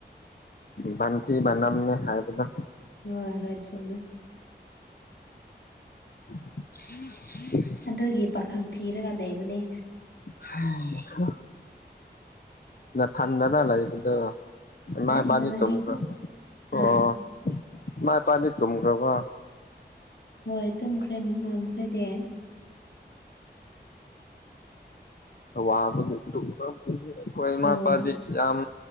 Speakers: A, on the left; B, on the left.
A: ꯕꯟꯊꯤ ꯃꯅꯝꯅꯦ ꯍꯥꯏꯕꯗꯣ
B: ꯍꯣꯏ ꯍꯣꯏ ꯆꯨꯝꯃꯤ
A: <unintelligible>
B: ꯑꯗꯨꯒꯤ ꯄꯥꯈꯪ ꯊꯤꯔꯒ ꯂꯩꯕꯅꯤ
A: ꯍꯩ ꯍꯣ ꯅꯊꯟꯗꯔ ꯂꯩꯥꯕꯗꯣ ꯢꯃꯥ ꯏꯄꯥꯗꯤ
B: ꯏꯃꯥꯟꯅꯕꯤ
A: ꯇꯨꯝꯈ꯭ꯔ
B: ꯈꯣꯏ ꯍꯥ
A: ꯑꯣ ꯢꯃꯥ ꯏꯄꯥꯗꯤ ꯇꯨꯝꯒ꯭ꯔꯕ
B: ꯍꯣꯏ ꯇꯨꯝꯈ꯭ꯔꯦ ꯃꯈꯣꯏꯗꯤ
A: ꯋꯥꯕꯒꯤ ꯇꯝꯔꯝꯒꯅꯤ ꯑꯩꯈꯣꯏ ꯏꯃꯥ
B: ꯍꯣꯏ
A: ꯏꯄꯥꯗꯤ ꯌꯥꯝ